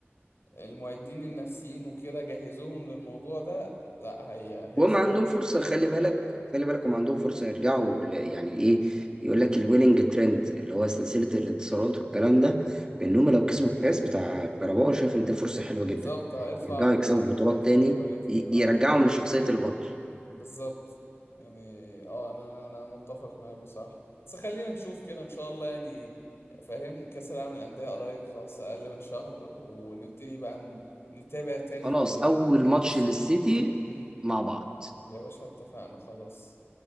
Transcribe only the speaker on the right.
وهم عندهم
فرصة خلي بالك خلي بالك هم عندهم فرصة يرجعوا ل- يعني ايه يقول لك الويننج ترند اللي هو سلسلة الانتصارات والكلام ده ان هم لو كسبوا الكاس بتاع كاراباو أنا شايف ان دي فرصة حلوة
جدا
يرجعوا
يكسبوا
بطولات تاني
ي-
يرجعهم لشخصية البطل
خلاص
اول ماتش
للسيتي
مع بعض